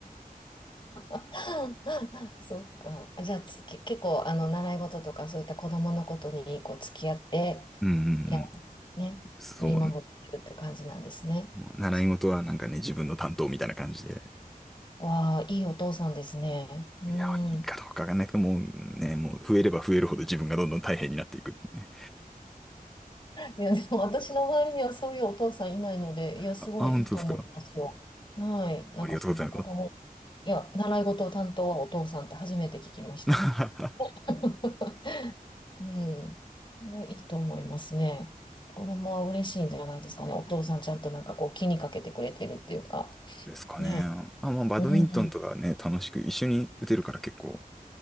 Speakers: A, on the left (about 30°); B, in the centre.
A: <laughs> そっか。じゃあつき、結構、あの、習い事とか、そういった子供のことに、こう、付き合って、
B: うんうんうん。
A: や、ね、
B: そうね。
A: 見守ってるって感じなんですね。
B: もう習い事はなんかね、
A: そう。
B: 自分の担当みたいな感じで。
A: わあ、いいお父さんですね。う
B: いや、いいかどうかわかんないけど、
A: ん。
B: もうね、もう増えれば増えるほど自分がどんどん大変になっていくってね。
A: いや、でも私の周りにはそういうお父さんいないので、いや、すごいいいと思いますよ。
B: あ、あ本当ですか。
A: はい。なんかその子供、
B: おありがとうございます。
A: いや、習い事を担当はお父さんって初めて聞きました。
B: <laughs>
A: <laughs> うん。いや、いいと思いますね。子供は嬉しいんじゃないですかね。お父さんちゃんとなんかこう気にかけてくれてるっていうか。
B: ですかね。
A: ね。
B: あ、まあ、バドミントンとかね、
A: うん。
B: 楽しく、一緒に打てるから結構